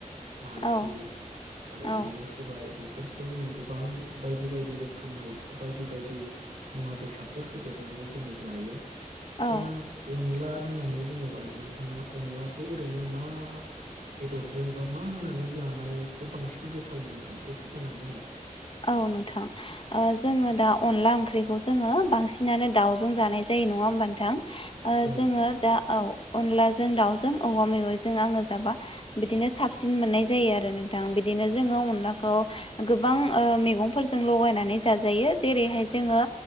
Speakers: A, on the right; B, on the left.
A: नारजि
B: औ
A: आरो
B: औ
A: बिदिनो सबाय बेफोरखौ जों गोबां बायदि बायदि रोखोमै बायदि बायदि मुवा बेसादफोर होदेरनानै जों जायो।
B: औ
A: दा अनला होननानै बुङोबा नोंथाङा अनलाखौ ओरैनो मा बेदरजों बा मा होनानै जानायखौ बांसिन गोथाव मोनो एसे फोरमायनानै होलाय।
B: औ नोंथां। ओ जोङो दा अनला ओंख्रिखौ जोङो बांसिनानो दाउजों जानाय जायो नङा होमबा नोंथां? ओ
A: औ
B: जोङो दा औ अनलाजों दाउजों औवा मेवाइजों आङो जाबा बिदिनो साबसिन मोननाय जायो आरो नोंथां। बिदिनो जोङो अनलाखौ गोबां ओ मैगंफोरजों लगायनानै जाजायो जेरैहाय जोङो